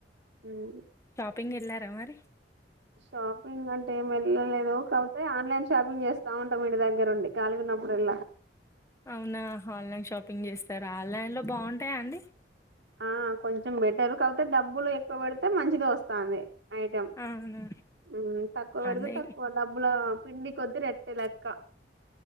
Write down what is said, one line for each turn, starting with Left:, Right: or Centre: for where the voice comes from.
Right: హమ్
Left: పెంగ్ ఎల్లారా మరి
Right: షాపింగ్ అంటే ఏం వెళ్ళలేదు కాబపోతే ఆన్లైన్ షాపింగ్ చేస్తా ఉంటాం ఇంటి దగ్గరు ఉండి కలిగున్నపుడల్లా
Left: అవునా ఆన్లైన్ షాపింగ్ చేస్తారు ఆన్లైన్ లో బాగుంటాయా అండి
Right: ఆ కొంచెం బెటర్ కాబపోతే డబ్బులు ఎక్కువ పెడితే మంచిది వస్తాంది ఐటమ్
Left: అవునా!
Right: హమ్ తక్కువ పెడితే
Left: అదే
Right: తక్కువ డబ్బుల పిం కొద్ది రెట్టి లెక్క